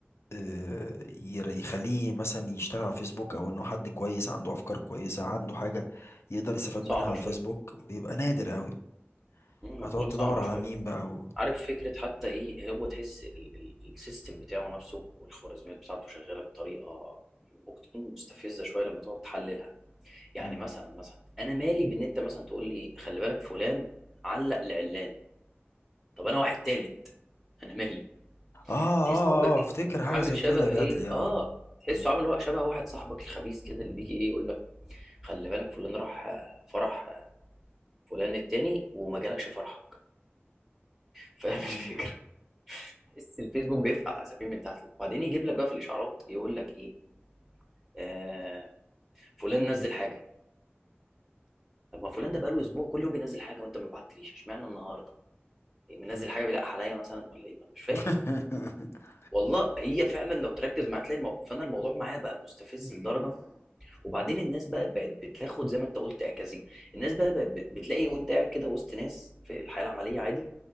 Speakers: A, on the left (about 80°); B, in the centre.
A: آه، ير- يخليه مثلا يشتغل على فيسبوك أو إنه حد كويس عنده أفكار كويسة عنده حاجة يقدر يستفاد
B: صعبه
A: منها على الفيسبوك
B: شويه
A: بيبقى نادر قوي
B: امم،
A: هتقعد
B: انا بقول لك
A: تدور
B: صعبه
A: على
B: شويه
A: مين بقى و...
B: عارف فكرة حتى ايه هو تحس ال- ال- السيستم بتاعه نفسه والخوارزميات بتاعته شغالة بطريقة ممكن تكون مستفزة شوية لما تقعد تحللها يعني
A: مم.
B: مثلا مثلا انا مالي بان انت مثلا تقول لي خلي بالك فلان علق لعلان طب انا واحد تالت انا مالي
A: آه آه
B: تحس ان هو ب...
A: آه أفتكر حاجة
B: عامل
A: زي
B: شبه
A: كده جات
B: ايه
A: لي يعني.
B: اه تحسه
A: مم.
B: عامل وا- شبه واحد صاحبك الخبيث كده اللي بيجي ايه يقول لك خلي بالك فلان راح آه، فرح آه، فلان التاني وما جالكش فرحك فاهم الفكرة
A: مم.
B: تحس الفيسبوك بيرفع اسفين من تحت وبعدين يجيب لك بقى في الاشعارات يقول لك ايه آه فلان نزل حاجه طب ما فلان ده بقاله اسبوع كل يوم بينزل حاجه وانت ما بعتليش اشمعنى النهارده إيه، منزل حاجه بيلقح عليا مثلا ولا ايه انا مش فاهم
A: <laughs>
B: والله هي فعلا لو تركز معايا تلاقي المو... فانا الموضوع معايا بقى مستفز لدرجه وبعدين الناس بقى بقت بتاخد زي ما انت قلت اكاذيب الناس بقى بقت بت- بتلاقي وانت قاعد كده وسط ناس في الحياه العمليه عادي